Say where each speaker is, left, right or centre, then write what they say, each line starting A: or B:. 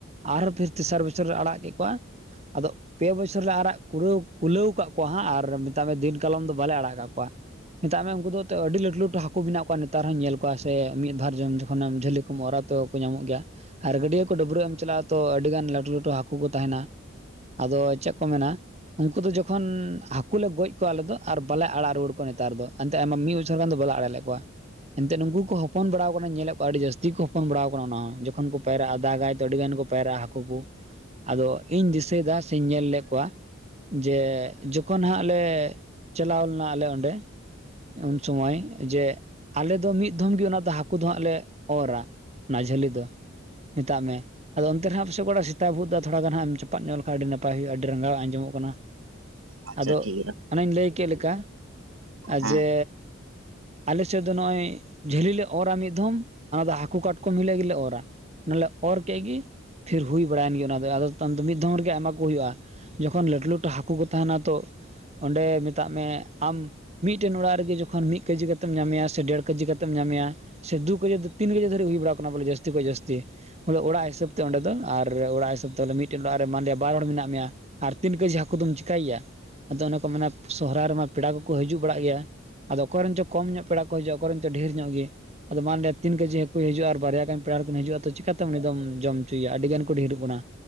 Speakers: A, on the right; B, on the right.
A: ᱟᱨᱦᱚᱸ ᱯᱷᱤᱨ ᱛᱮᱥᱟᱨ ᱵᱚᱪᱷᱚᱨ ᱞᱮ ᱟᱲᱟᱜ ᱠᱮᱫ ᱠᱚᱣᱟ, ᱟᱫᱚ ᱯᱮ ᱵᱚᱪᱷᱚᱨ ᱨᱮ ᱞᱮ ᱟᱲᱟᱜ ᱠᱩᱨᱟᱹᱣ ᱠᱩᱞᱟᱹᱣ ᱟᱠᱟᱫ ᱠᱚᱣᱟ ᱦᱟᱸᱜ ᱟᱨ ᱢᱮᱛᱟᱜ ᱢᱮ ᱫᱤᱱ ᱠᱟᱞᱚᱢ ᱫᱚ ᱵᱟᱞᱮ ᱟᱲᱟᱜ ᱠᱟᱜ ᱠᱚᱣᱟ᱾ ᱢᱮᱛᱟᱜ ᱢᱮ ᱩᱱᱠᱩ ᱫᱚ ᱟᱹᱰᱤ ᱞᱟᱹᱴᱩ ᱞᱟᱹᱴᱩ ᱦᱟᱠ ᱦᱟᱹᱠᱩ ᱢᱮᱱᱟᱜ ᱠᱚᱣᱟ, ᱱᱮᱛᱟᱨ ᱦᱚᱧ ᱧᱮᱞ ᱠᱚᱣᱟ ᱥᱮ ᱢᱤᱫ ᱵᱟᱨ ᱡᱚᱢ ᱡᱚᱠᱷᱚᱱᱮᱢ ᱡᱷᱟᱹᱞᱤ ᱠᱚᱢ ᱚᱨᱟ ᱛᱚ ᱠᱚ ᱧᱟᱢᱚᱜ ᱜᱮᱭᱟ᱾ ᱟᱨ ᱜᱟᱹᱰᱭᱟᱹ ᱠᱚ ᱰᱟᱹᱵᱽᱨᱟᱹᱜ ᱮᱢ ᱪᱟᱞᱟᱜᱼᱟ ᱛᱚ ᱟᱹᱰᱤ ᱜᱟᱱ ᱞᱟᱹᱴᱩ ᱞᱟᱹᱴᱩ ᱦᱟᱠᱚ ᱠᱚ ᱛᱟᱦᱮᱱᱟ᱾ ᱟᱫᱚ ᱪᱮᱫ ᱠᱚ ᱢᱮᱱᱟ ᱩᱱᱠᱩ ᱫᱚ ᱡᱚᱠᱷᱚᱱ ᱦᱟᱹᱠᱩ ᱞᱮ ᱜᱚᱡ ᱠᱚᱣᱟ ᱟᱞᱮ ᱫᱚ ᱟᱨ ᱵᱟᱞᱮ ᱟᱲᱟᱜ ᱨᱩᱣᱟᱹᱲ ᱠᱚᱣᱟ ᱱᱮᱛᱟᱨ ᱫᱚ ᱮᱱᱛᱮ ᱟᱭᱢᱟ ᱢᱤᱫ ᱵᱚᱪᱷᱚᱨ ᱜᱟᱱ ᱫᱚ ᱵᱟᱞᱮ ᱟᱲᱟᱜ ᱞᱮ ᱠᱚᱣᱟ ᱮᱱᱛᱮᱜ ᱱᱩᱠᱩ ᱠᱚ ᱦᱚᱯᱚᱱ ᱵᱟᱲᱟᱣ ᱠᱟᱱᱟ ᱧᱮᱞᱮᱫ ᱠᱚᱣᱟ ᱟᱹᱰᱤ ᱡᱟᱹᱥᱛᱤ ᱠᱚ ᱦᱚᱯᱚᱱ ᱵᱟᱲᱟᱣ ᱠᱟᱱᱟ ᱚᱱᱟ ᱦᱚᱸ ᱡᱚᱠᱷᱚᱱ ᱠᱚ ᱯᱟᱭᱨᱟᱜᱼᱟ ᱫᱟᱜᱟᱭ ᱛᱚ ᱟᱹᱰᱤ ᱜᱟᱱ ᱠᱚ ᱯᱟᱭᱨᱟᱜᱼᱟ‌᱾ ᱦᱟᱸᱠᱩ ᱠᱚ ᱟᱫᱚ ᱤᱧ ᱫᱤᱥᱟᱹᱭᱫᱟ ᱥᱮᱧ ᱧᱮᱞ ᱞᱮᱫ ᱠᱚᱣᱟ ᱡᱮ ᱡᱚᱠᱷᱚᱱ ᱦᱟᱸᱜ ᱞᱮ ᱪᱟᱞᱟᱣ ᱞᱮᱱᱟ ᱟᱞᱮ ᱚᱸᱰᱮ ᱩᱱ ᱥᱚᱢᱚᱭ ᱡᱮ ᱟᱞᱮ ᱫᱚ ᱢᱤᱫ ᱫᱷᱚᱢ ᱜᱮ ᱚᱱᱟ ᱫᱚ ᱦᱟᱹᱠᱩ ᱫᱚ ᱦᱟᱸᱜ ᱞᱮ ᱚᱨᱟ ᱚᱱᱟ ᱡᱷᱟᱹᱞᱤ ᱫᱚ ᱢᱮᱛᱟᱜ ᱢᱮ ᱟᱫᱚ ᱚᱱᱛᱮ ᱦᱟᱸᱜ ᱯᱟᱥᱮᱡ ᱚᱠᱚᱭ ᱴᱟᱜ ᱥᱮᱛᱟ ᱵᱷᱩᱜ ᱫᱟᱭ ᱛᱷᱚᱲᱟ ᱜᱟᱱ ᱦᱟᱸᱜ ᱮᱢ ᱪᱟᱯᱟᱫ ᱧᱚᱜ ᱞᱮᱠᱷᱟᱡ ᱟᱹᱰᱤ ᱱᱟᱯᱟᱭ ᱦᱩᱭᱩᱜᱼᱟ ᱟᱹᱰᱤ ᱨᱟᱸᱜᱟᱣ ᱟᱸᱡᱚᱢᱚᱜ ᱠᱟᱱᱟ᱾
B: ᱟᱪᱪᱷᱟ
A: ᱟᱫᱚ
B: ᱴᱷᱤᱠ ᱜᱮᱭᱟ
A: ᱚᱱᱟᱹᱧ ᱞᱟᱹᱭ ᱠᱮᱫ ᱞᱮᱠᱟ
B: ᱦᱮᱸ
A: ᱡᱮ ᱟᱞᱮᱥᱮᱫ ᱫᱚ ᱱᱚᱜᱼᱚᱭ ᱡᱷᱟᱹᱞᱤ ᱞᱮ ᱚᱨᱟ ᱢᱤᱫ ᱫᱷᱚᱢ ᱚᱱᱟᱫᱚ ᱦᱟᱠᱚ ᱠᱟᱴᱠᱚᱢ ᱦᱤᱞᱚᱜ ᱜᱮᱞᱮ ᱚᱨᱟ ᱚᱱᱟᱞᱮ ᱚᱨ ᱠᱮᱫ ᱜᱮ ᱯᱷᱤᱨ ᱦᱩᱭ ᱵᱟᱲᱟᱭᱮᱱ ᱜᱮ ᱚᱱᱟ ᱫᱚ ᱟᱫᱚ ᱛᱟᱭᱚᱢ ᱢᱤᱫ ᱫᱷᱚᱢ ᱨᱮᱜᱮ ᱟᱭᱢᱟ ᱠᱚ ᱦᱩᱭᱩᱜᱼᱟ᱾ ᱡᱚᱠᱷᱚᱱ ᱞᱟᱹᱴᱩ ᱞᱟᱹᱴᱩ ᱦᱟᱠᱚ ᱠᱚ ᱛᱟᱦᱮᱱᱟ ᱛᱚ ᱚᱸᱰᱮ ᱢᱮᱛᱟᱜ ᱢᱮ ᱟᱢ ᱢᱤᱫᱴᱮᱱ ᱚᱲᱟᱜ ᱨᱮᱜᱮ ᱡᱚᱠᱷᱚᱱ ᱢᱤᱫ ᱠᱮᱡᱤ ᱠᱟ ᱠᱟᱛᱮᱢ ᱧᱟᱢᱮᱭᱟ ᱥᱮ ᱰᱮᱲ ᱠᱮᱡᱤ ᱠᱟᱛᱮᱢ ᱧᱟᱢᱮᱭᱟ ᱥᱮ ᱫᱩ ᱠᱮᱡᱤ ᱫᱚ ᱛᱤᱱ ᱠᱮᱡᱤ ᱫᱷᱟᱹᱨᱤᱡ ᱦᱩᱭ ᱵᱟᱲᱟᱣ ᱟᱠᱟᱱᱟ ᱵᱚᱞᱮ ᱡᱟᱹᱥᱛᱤ ᱠᱷᱚᱡ ᱡᱟᱹᱥᱛᱤ ᱵᱚᱞᱮ ᱚᱲᱟᱜ ᱦᱤᱥᱟᱹᱵᱽ ᱛᱮ ᱚᱸᱰᱮ ᱫᱚ ᱟᱨ ᱚᱲᱟᱜ ᱦᱤᱥᱟᱹᱵᱽ ᱛᱮ ᱢᱤᱫᱴᱮᱱ ᱚᱲᱟᱜ ᱨᱮ ᱢᱟᱱᱞᱮᱭᱟ ᱵᱟᱨ ᱦᱚᱲ ᱢᱮᱱᱟᱜ ᱢᱮᱭᱟ ᱟᱨ ᱛᱤᱱ ᱠᱮᱡᱤ ᱦᱟᱠᱚ ᱫᱚᱢ ᱪᱮᱠᱟᱭᱮᱭᱟ ᱟᱫᱚ ᱚᱱᱮ ᱠᱚ ᱢᱮᱱᱟ ᱥᱚᱦᱨᱟᱭ ᱨᱮᱢᱟ ᱯᱮᱲᱟ ᱠᱚᱠᱚ ᱦᱤᱡᱩᱜ ᱵᱟᱲᱟᱜ ᱜᱮᱭᱟ ᱟᱫᱚ ᱚᱠᱚᱭ ᱨᱮᱱ ᱪᱚ ᱠᱚᱢ ᱧᱚᱜ ᱯᱮᱲᱟ ᱠᱚ ᱦᱤᱡᱩᱜᱼᱟ ᱚᱠᱚᱭ ᱨᱮᱱ ᱪᱚᱝ ᱰᱷᱮᱨ ᱧᱚᱜ ᱜᱮ ᱟᱫᱚ ᱢᱟᱱᱞᱮᱭᱟ ᱛᱤᱱ ᱠᱮᱡᱤ ᱦᱟᱹᱠᱩᱭ ᱦᱤᱡᱩᱜᱼᱟ᱾ ᱵᱟᱨᱭᱟ ᱜᱟᱱ ᱯᱮᱲᱟ ᱨᱮᱫᱚᱢ ᱦᱤᱡᱩᱜᱼᱟ ᱛᱚ ᱪᱮᱠᱟ ᱛᱮ ᱩᱱᱤ ᱫᱚᱢ ᱡᱚᱢ ᱦᱚᱪᱚᱭᱮᱭᱟ ᱟᱹᱰᱤ ᱜᱟᱱ ᱠᱩ ᱰᱷᱮᱨᱚᱜ ᱠᱟᱱᱟ᱾